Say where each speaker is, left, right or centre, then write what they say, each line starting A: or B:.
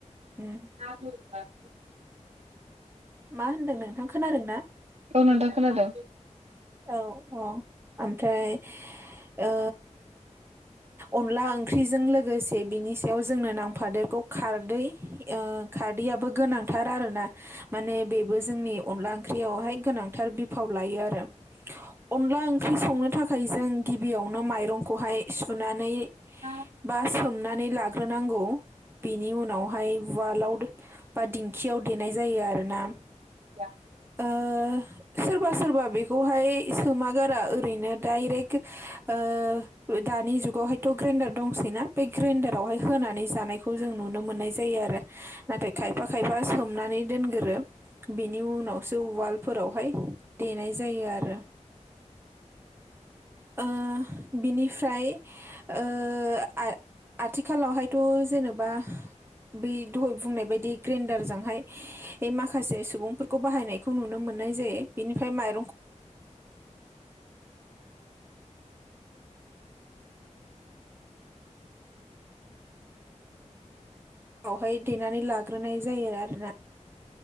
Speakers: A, on the right; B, on the right.
A: उम
B: <unintelligible>
A: मा होन्दों नोंथां खोनादों ना?
B: औ नोंथां खोनादों।
A: औ औ ओमफ्राय ओ अनला ओंख्रिजों लोगोसे बिनि सायाव जोंनो नांफादेरगौ खारदै ओ खारदैयाबो गोनांथार आरोना। माने बेबो जोंनि अनला ओंख्रियावहाय गोनांथार बिफाव लायो आरो। अनला ओंख्रि संनो थाखाय जों गिबियावनो माइरंखौहाय सुनानै
B: <unintelligible>
A: बा सोमनानै लाग्रोनांगौ बिनि उनावहाय उवालाव बा दिंखियाव देनाय जायो आरोना।
B: <unintelligible>
A: ओ सोरबा सोरबा बे खौहाय सोमागारा ओरैनो दायरेक् ओ दानि जुगावहाय थ' ग्रेन्डार दंसैना बे ग्रेन्डारावहाय होनानै जानायखौ जों नुनो मोननाय जायो आरो। नाथाय खायफा खायफा सोमनानै दोनगोरो। बेनि उनावसो उवालफोरावहाय देनाय जायो आरो। ओ बिनिफ्राय ओ आ आथिखालावहायथ' जेनेबा बै दहाय बुंनाय बायदि ग्रेन्डारजोंहाय बे माखासे सुबुंफोरखौ बाहायनायखौ नुनो मोननाय जायो बिनिफाय माइरं ख बावहाय देनानै लाग्रोनाय जायो आरोना